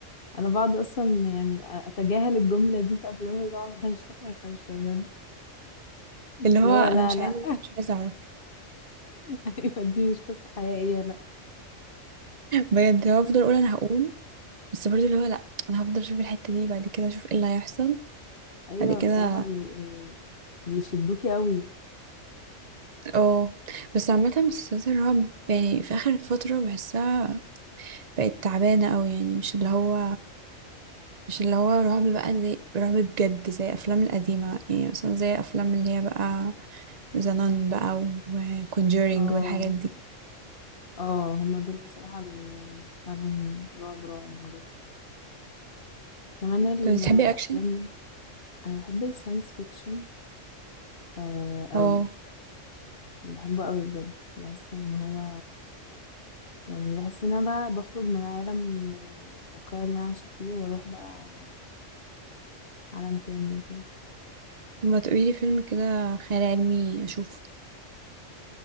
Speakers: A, on the left; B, on the right.
A: انا بقعد اصلا يعني اتجاهل الجملة دي في افلام الرعب <laughs> عشان ما اخافش بجد
B: اللي
A: اللي
B: هو
A: هو
B: انا
A: لا
B: مش
A: لا
B: عايزه أنا مش عايزه اعرف
A: <laughs> ايوه دي مش قصة حقيقية لا
B: بجد اللي هو افضل اقول انا هقوم بس برضه اللي هو لا انا هفضل اشوف الحته دي بعد كده اشوف ايه اللي هيحصل
A: ايوه
B: بعد كده
A: بصراحة بيبقوا بيشدوكي قوي
B: اه بس عامه مسلسلات الرعب يعني في اخر فتره بحسها بقت تعبانه قوي يعني مش اللي هو مش اللي هو رعب بقى زي رعب بجد زي الافلام القديمه يعني مثلا زي افلام اللي هي بقى ذا نان بقى وكونجورينج
A: اه
B: والحاجات دي
A: اه هما دول بصراحة اللي فعلا رعب رعب بجد كمان الافلام
B: طب بتحبي اكشن
A: انا بحب الساينس فيكشن آه قوي
B: اه
A: بحبه قوي بجد بحس ان هو يعني بحس ان انا بقى بخرج من عالم من الواقع اللي انا عايشة فيه واروح بقى عالم تاني وكده
B: طب ما تقولي لي فيلم كده خيال علمي اشوفه